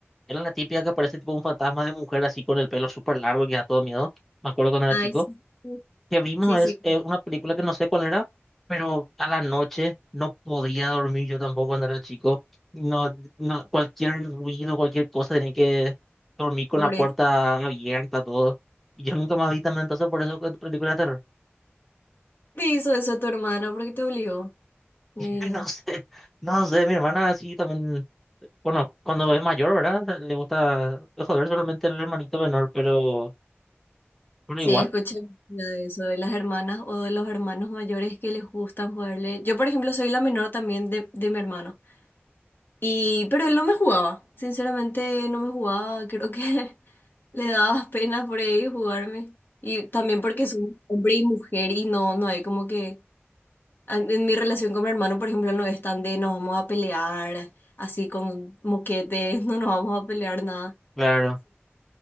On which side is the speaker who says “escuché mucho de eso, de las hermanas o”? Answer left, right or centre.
Left